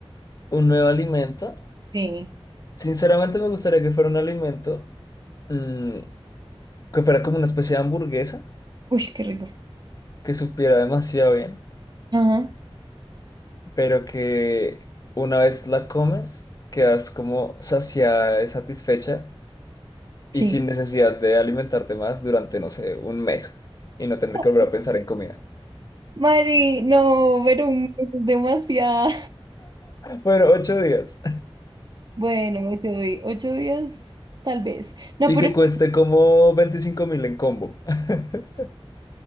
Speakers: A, on the left; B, on the right.
A: ¿Un nuevo alimento?
B: Sí.
A: Sinceramente me gustaría que fuera un alimento mm, que fuera como una especie de hamburguesa,
B: Uy, qué rico.
A: que supiera demasiado bien,
B: Ajá,
A: pero que una vez la comes, quedas como saciada y satisfecha
B: sí.
A: y sin necesidad de alimentarte más durante, no sé, un mes y no tener
B: <laughs>
A: que volver a pensar en comida.
B: Mari, no, pero es demasiado.
A: Bueno, ocho días.
B: Bueno, ocho, di- ocho días, tal vez. No,
A: Y
B: pero
A: que
B: es-
A: cueste como veinticinco mil en combo. <laughs>